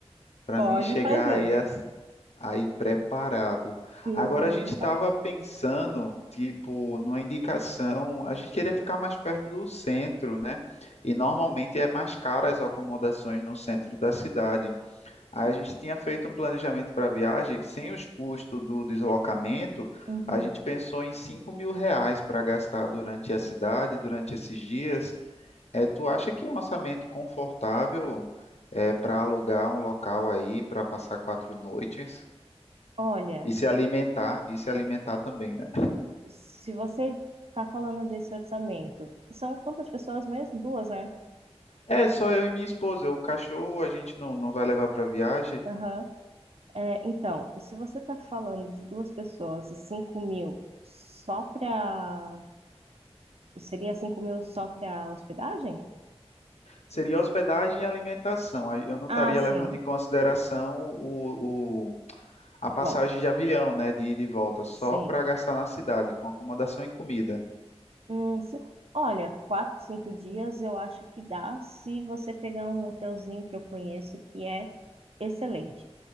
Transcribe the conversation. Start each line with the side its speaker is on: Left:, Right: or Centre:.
Left: para
Right: Pode
Left: mim chegar
Right: fazer,
Left: aí, as- aí preparado.
Right: se
Left: Agora
Right: bem
Left: a gente
Right: preparado.
Left: estava pensando, tipo, numa indicação, a gente queria ficar mais perto do centro, né? E normalmente é mais caro as acomodações no centro da cidade. Aí a gente tinha feito um planejamento para a viagem que sem os custos do deslocamento,
Right: Uhum.
Left: a gente pensou em cinco mil reais para gastar durante a cidade, durante esses dias. É, tu acha que é um orçamento confortável é, para alugar um local aí para passar quatro noites
Right: Olha,
Left: e se alimentar e se alimentar também, né?
Right: se você está falando desse orçamento, são quantas pessoas mesmo? Duas, né?
Left: É só eu e minha esposa. O cachorro a gente não, não vai levar para viagem.
Right: Aham. É, então, se você está falando de duas pessoas e 5 mil só para. Seria 5 mil só para hospedagem?
Left: Seria hospedagem e alimentação. Aí Eu não
Right: Ah,
Left: estaria
Right: sim.
Left: levando em consideração o, o- a passagem
Right: Bom,
Left: de avião, né, de ida e volta, só
Right: sim.
Left: para gastar na cidade com acomodação e comida.
Right: Hum, cinco... Olha, quatro, cinco dias eu acho que dá se você pegar um hotelzinho que eu conheço que é excelente.